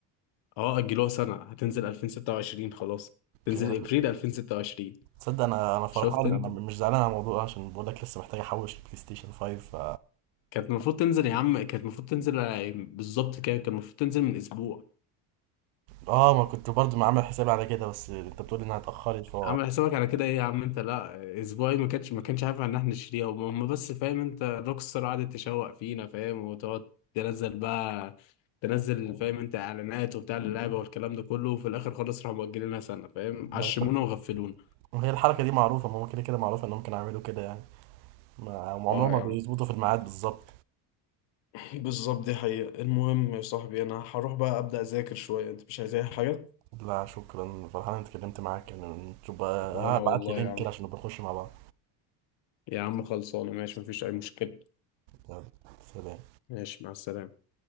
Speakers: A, on the left (about 60°); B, on the right (about 80°).
A: اه أجلوها سنة هتنزل 2026 خلاص تنزل
B: يا أنا كنت-
A: ابريل 2026
B: تصدق انا انا فرحان
A: شفت انت
B: انا مش زعلان على الموضوع ده عشان بقول لك لسه محتاج احوش البلاي ستيشن 5 ف...
A: كانت المفروض تنزل يا عم كانت المفروض تنزل آه، بالظبط كده كان المفروض تنزل من اسبوع
B: اه ما كنت برضو ما عامل حسابي على كده بس انت بتقول انها اتاخرت ف
A: عامل حسابك على كده ايه يا عم انت لا اسبوعي ما كانش ما كانش عارف ان احنا نشتريها هم هم بس فاهم انت روك ستار قعدت تشوق فينا فاهم وتقعد تنزل بقى تنزل فاهم انت اعلانات وبتاع اللعبه والكلام ده كله وفي الاخر خلاص راحوا مؤجلينها سنه فاهم عشمونا
B: انا بفكر-
A: وغفلونا
B: هي الحركه دي معروفه ما هو كده كده معروفه انهم كانوا يعملوا كده يعني ما- ما
A: اه
B: عمرهم ما
A: يا
B: بيظبطوا
A: عم
B: في الميعاد بالظبط
A: بالظبط دي حقيقة المهم يا صاحبي انا هروح بقى ابدأ اذاكر شوية انت مش عايز اي حاجة
B: لا شكرا فرحان اني اتكلمت معاك يعني نشوف بقى
A: وانا
B: هبعت
A: والله
B: لي لينك
A: يا عم
B: كده عشان نبقى نخش مع بعض
A: يا عم خلصانه ماشي مفيش اي مشكله
B: يلا سلام
A: ماشي مع السلامه